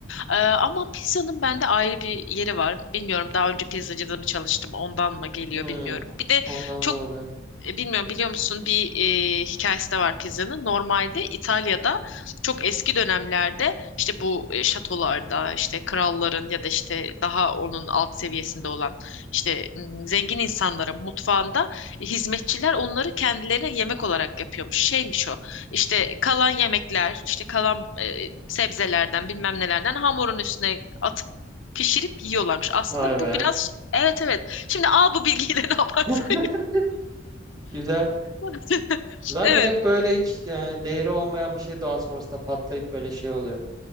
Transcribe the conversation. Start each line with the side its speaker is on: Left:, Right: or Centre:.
Left: Ee, ama pizzanın bende ayrı bir yeri var. Bilmiyorum daha önce pizzacıda mı çalıştım ondan mı geliyor
Right: Hmm,
Left: bilmiyorum. Bir de
Right: ondan
Left: çok
Right: da olabilir.
Left: e, Bilmiyorum biliyor musun bir e, hikayesi de var pizzanın. Normalde İtalya'da çok eski dönemlerde işte bu e, şatolarda işte kralların ya da işte daha onun alt seviyesinde olan işte m, zengin insanların mutfağında hizmetçiler onları kendilerine yemek olarak yapıyormuş. Şeymiş o işte kalan yemekler işte kalan e, sebzelerden bilmem nelerden hamurun üstüne atıp pişirip yiyorlarmış. Aslında
Right: Vay be.
Left: bu biraz evet evet. Şimdi al bu bilgiyi <laughs> ne yaparsan
Right: <laughs> Güzel.
Left: <laughs>
Right: Zaten
Left: Evet,
Right: hep böyle hiç e, değeri olmayan bir şey daha sonrasında patlayıp böyle şey oluyor.